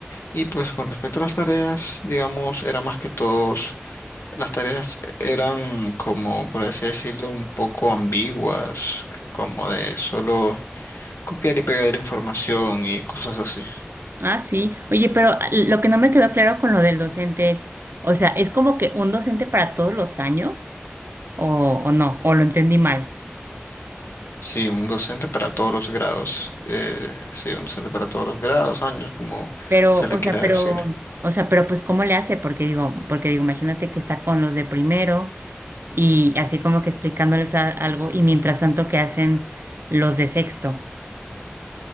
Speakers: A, on the left; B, on the right.
A: Y pues con respecto a las tareas, digamos, era más que todos, las tareas eran como, por así decirlo, un poco ambiguas, como de solo copiar y pegar información y cosas así.
B: Ah, sí. Oye, pero lo que no me quedó claro con lo del docente es, o sea, ¿es como que un docente para todos los años? ¿O, o no? ¿O lo entendí mal?
A: Sí, un docente para todos los grados. Eh, sí, un docente para todos los grados, años, como
B: Pero,
A: se le
B: o
A: quiera
B: sea, pero,
A: decir.
B: o sea, pero pues ¿cómo le hace? Porque digo, porque digo, imagínate que está con los de primero. y así como que explicándoles a- algo y mientras tanto que hacen los de sexto.